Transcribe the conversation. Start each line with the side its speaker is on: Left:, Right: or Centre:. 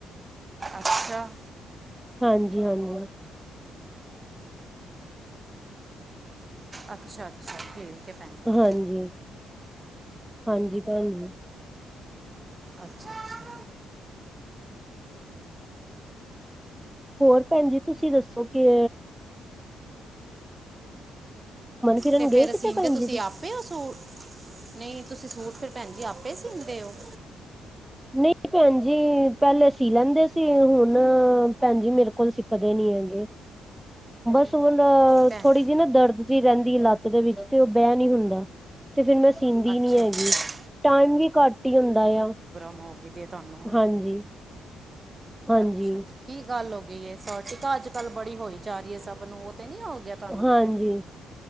Right: ਅੱਛਾ
Centre: ਹਾਂਜੀ ਹਾਂਜੀ।
Right: ਅੱਛਾ ਅੱਛਾ ਠੀਕ। ਹੈ ਭੈਣ ਜੀ
Centre: ਹਾਂਜੀ ਹਾਂਜੀ ਭੈਣ ਜੀ
Right: ਅੱਛਾ ਅੱਛਾ
Centre: ਹੋਰ ਭੈਣ ਜੀ ਤੁਸੀਂ ਦੱਸੋ ਕੇ ਫਿਰਨ
Right: ਤੇ
Centre: ਗਏ
Right: ਫੇਰ ਸੀਂਦੇ
Centre: ਕਿਤੇ ਭੈਣ
Right: ਤੁਸੀਂ
Centre: ਜੀ
Right: ਆਪੇ ਹੋ ਸੂਟ ਨਹੀਂ ਤੁਸੀਂ ਸੂਟ ਫਿਰ ਭੈਣ ਜੀ ਆਪੇ ਸੀਂਦੇ ਹੋ?
Centre: ਨਹੀਂ ਭੈਣ ਜੀ ਪਹਿਲੇ ਸੀ ਲੈਂਦੇ ਸੀ, ਹੁਣ ਭੈਣ ਜੀ ਮੇਰੇ ਕੋਲ ਸਿਕਦੇ ਨੀ ਹੈਗੇ। ਬਸ <unintelligible>
Right: ਭੈਣ
Centre: ਥੋੜ੍ਹੀ ਜਿਹੀ ਨਾ ਦਰਦ ਜਿਹੀ ਰਹਿੰਦੀ ਲੱਤ ਦੇ ਵਿੱਚ ਤੇ, ਉਹ ਬਹਿ ਨੀ ਹੁੰਦਾ। ਤੇ ਫਿਰ ਮੈਂ ਸੀਂਦੀ
Right: ਅੱਛਾ
Centre: ਨੀ ਹੈਗੀ,
Right: ਅੱਛਾ
Centre: ਟਾਈਮ ਵੀ ਘੱਟ ਹੀ ਹੁੰਦਾ ਆ।
Right: ਹੋਗੀ ਦੀ ਤੁਹਾਨੂੰ
Centre: ਹਾਂਜੀ, ਹਾਂਜੀ,
Right: ਅੱਛਾ ਅੱਛਾ ਕੀ ਗੱਲ ਹੋ ਗ ਗਈ ਸਟਿਕਾ ਅੱਜ ਕੱਲ ਬੜੀ ਹੋਈ ਜਾ ਰਹੀ ਹੈ। ਸਭ ਨੂੰ ਉਹ ਤੇ ਨੀ ਹੋ ਗਿਆ, ਤੁਹਾਨੂੰ
Centre: ਹਾਂਜੀ।
Right: ਕਿਤੇ?